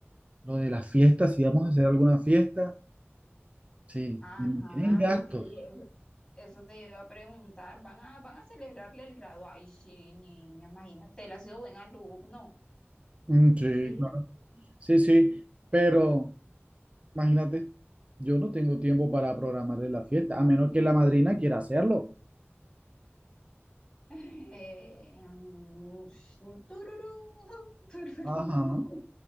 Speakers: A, on the right (about 30°); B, on the left (about 20°).
A: lo de las fiestas, si vamos a hacer alguna fiesta. Sí,
B: Ajá,
A: tienen gastos.
B: sí, eso, eso te iba a preguntar. ¿Van a, van a celebrarle el grado? Ay, sí, niña, imagínate, él ha sido buen alumno.
A: Mm, sí,
B: Sí.
A: claro. Sí, sí, pero imagínate, yo no tengo tiempo para programarle la fiesta, a menos que la madrina quiera hacerlo.
B: Eh, mm, sí, tururú, tururú.
A: Ajá,